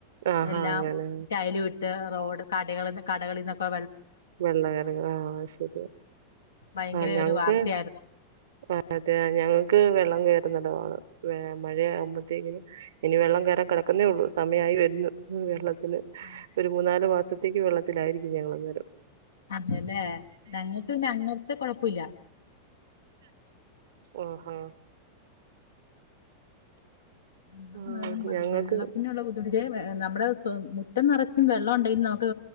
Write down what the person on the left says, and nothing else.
എല്ലാം
ടൈലുമിട്ടു റോഡ് കട കടകളിന്നൊക്കെ
ഭയങ്കര
ഒരു വാർത്തയായിരുന്നു
ആ
അതല്ലേ ഞങ്ങൾക്ക് പിന്നെ അങ്ങനത്തെ കൊഴപ്പില്ല.
ആ
ആ വെള്ളത്തിനുള്ള ബുദ്ധിമുട് ഇത് നമ്മുടെ മുറ്റം നിറച്ചും വെള്ളം ഉണ്ടെങ്കും നമുക്ക്